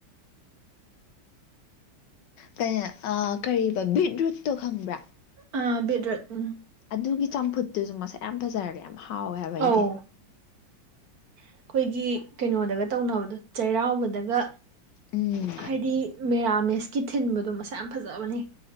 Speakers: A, on the left; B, on the right.
A: ꯀ ꯀꯔꯤꯕ ꯕꯤꯠꯔꯨꯠꯇꯣ ꯈꯪꯕ꯭ꯔꯥ
B: ꯑ ꯗ꯭ꯔꯣ ꯎꯝ
A: ꯑꯗꯨꯒꯤ ꯆꯝꯐꯨꯠꯇꯨꯁꯨ ꯃꯁꯛ ꯌꯥꯝ ꯐꯖꯔꯒꯦ ꯌꯥꯝ ꯍꯥꯎꯋꯦ ꯍꯥꯏꯕ ꯑꯩꯗꯤ
B: ꯑꯧ ꯑꯩꯈꯣꯏꯒꯤ ꯀꯩꯅꯣꯗꯒ ꯇꯧꯅꯕꯗꯣ ꯆꯩꯔꯥꯎꯕꯗꯒ
A: ꯎꯝ
B: ꯍꯥꯏꯗꯤ ꯃꯦꯔꯥꯃꯦꯁꯀꯤ ꯊꯤꯟꯕꯗꯣ ꯃꯁꯥ ꯌꯥꯝ ꯐꯖꯕꯅꯦ